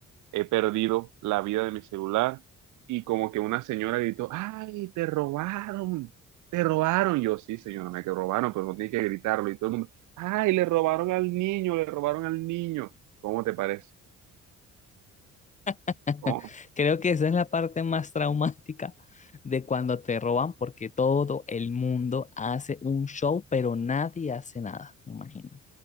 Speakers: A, on the right; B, on the left.
A: he perdido la vida de mi celular y como que una señora gritó, ay, te robaron, te robaron. Yo, sí, señora, me que robaron, pero no tiene que gritarlo y todo el mundo, ay, le robaron al niño, le robaron al niño. ¿Cómo te parece?
B: <laughs>
A: ¿Cómo?
B: Creo que esa es la parte más traumática de cuando te roban, porque todo el mundo hace un show, pero nadie hace nada, me imagino.